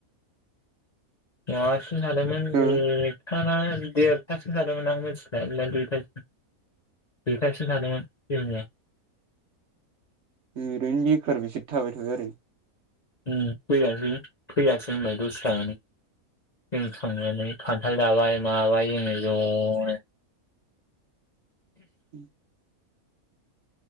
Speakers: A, on the left; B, on the right.
A: <unintelligible> सिं थादोंमोन उम
B: हो
A: साला देरथासिम थादोंमोन आं मिथिबाय दुइथासिम दुइथासिम थादोंमोन जोंनिया
B: ओरैनो बेखार बिसोर थाबाय थाबाय आरो।
A: ओ फैयासै फैयासै होनबाय दसे थानानै जों थांनानै। खान्थाल जाबाय माबाय। जोङो जनो।
B: <inaudible>